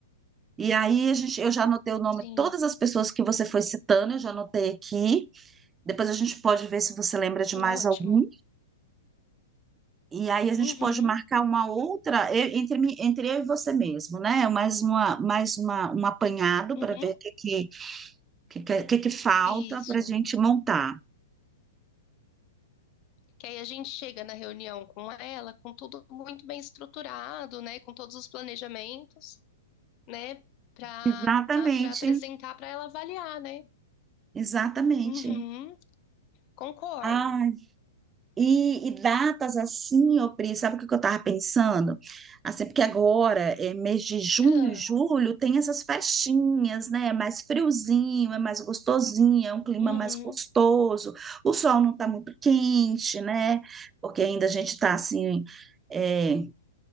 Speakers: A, on the right (about 20°); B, on the left (about 40°).
A: E aí, a gente, eu já anotei o nome
B: sim,
A: de todas as pessoas que você foi citando, eu já anotei aqui. Depois a gente pode ver se você lembra de mais
B: ótimo.
A: algum. E aí a gente
B: Uhum,
A: pode marcar uma outra e- entre, mim- entre eu e você mesmo, né? Mais uma, mais uma, um apanhado
B: uhum,
A: para ver o que, que, que, que, que que falta
B: isso.
A: para a gente montar.
B: Que aí a gente chega na reunião com ela, com tudo muito bem estruturado, né, com todos os planejamentos, né, para
A: Exatamente,
B: para apresentar para ela avaliar, né?
A: exatamente.
B: Uhum, concordo.
A: Ah, E, e datas assim, ô Pri, sabe o que que eu estava pensando? Assim, porque agora, é, mês de junho,
B: Ah,
A: julho, tem essas festinhas, né? É mais friozinho, é mais gostosinho, é um clima
B: uhum,
A: mais gostoso, o sol não está muito quente, né? Porque ainda a gente está assim, eh,